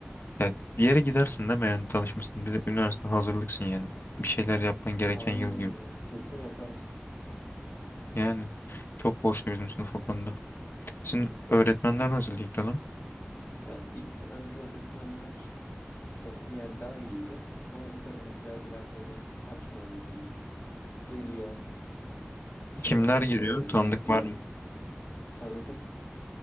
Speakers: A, on the left; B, on the left.
A: ya bir yere gidersin değil mi yani tanışmışsın. Bir de üniversite hazırlıksın yani. Bir şeyler yapman gereken
B: Aynen
A: yıl gibi.
B: ya. Kesin yaparsın.
A: Yani çok boştu bizim sınıf o konuda. Sizin öğretmenler nasıl ilk dönem?
B: Ya ilk dönemki öğretmenler Gelen- Yani daha iyiydi ama bu dönemkiler biraz beni açmadı diyeyim. Geliyor işte
A: Kimler
B: telefonlarınızı
A: giriyor? Tanıdık
B: toplayacağım.
A: var mı?
B: Tanıdık.